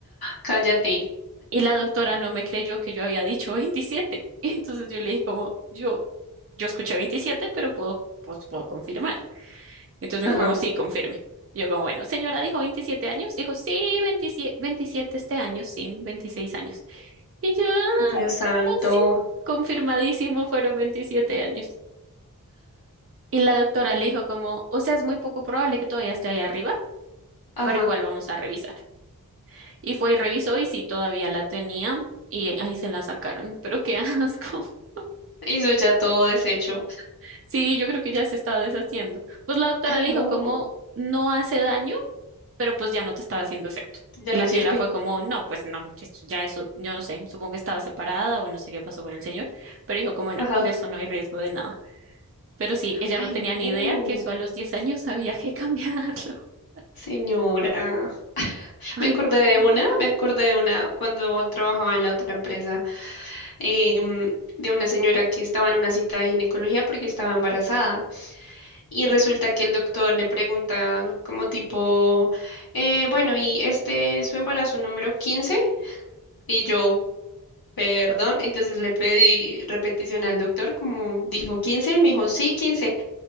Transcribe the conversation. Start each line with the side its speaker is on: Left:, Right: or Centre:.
Left: Cállate.
Right: Y la doctora no me creyó que yo había dicho <laughs> 27. Entonces yo le dije como yo, yo escuché 27, pero puedo, pues, puedo confirmar. Entonces
Left: Ajá.
Right: me dijo como, sí, confirme. Yo como, bueno, señora dijo 27 años, dijo, sí, 27 27 este año, sí, 26 años. Y yo, "Ah,
Left: Dios santo.
Right: no, sí, confirmadísimo, fueron veintisiete años. Y la doctora le dijo como, o sea, es muy poco probable que todavía esté ahí arriba,
Left: Ajá.
Right: pero igual vamos a revisar. Y fue y revisó y sí, todavía la tenía y ahí se la sacaron. <laughs> Pero qué asco. <laughs>
Left: Eso ya todo deshecho.
Right: Sí, yo creo que ya se estaba deshaciendo. Pues la doctora
Left: Ay,
Right: le
Left: no,
Right: dijo como, no hace daño pero pues ya no te estaba haciendo efecto.
Left: ya
Right: Y
Left: no
Right: la
Left: sirve.
Right: señora fue como, no, pues no, ya ya eso, yo no sé, supongo que estaba separada o no sé qué pasó con el señor, pero dijo como, no,
Left: Ajá.
Right: de eso no hay riesgo de nada. Pero sí, ella
Left: Ay,
Right: no tenía
Left: no.
Right: ni idea que eso a los diez años había que cambiarlo. <laughs>
Left: Señora,
Right: Ay,
Left: me acordé de
Right: sí,
Left: una, me acordé de una cuando trabajaba en la otra empresa, em, de una señora que estaba en una cita de ginecología porque estaba embarazada y resulta que el doctor le pregunta como tipo, eh, bueno, ¿y este es su embarazo número quince Y yo, perdón, entonces le pedí repetición al doctor como dijo 15, y me dijo, sí, 15.